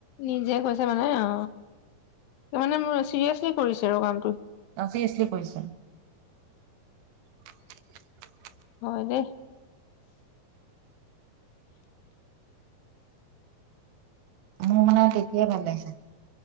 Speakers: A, on the left; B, on the right.
A: নিজে কৈছে মানে অ ত মানে মোৰ চিৰিয়াছলি কৰিছে আৰু কাম
B: তয়ে এইখিনি কৰিছ <unintelligible>
A: হয় দে
B: মোৰ মানে তেতিয়াই ভাল লাগিছে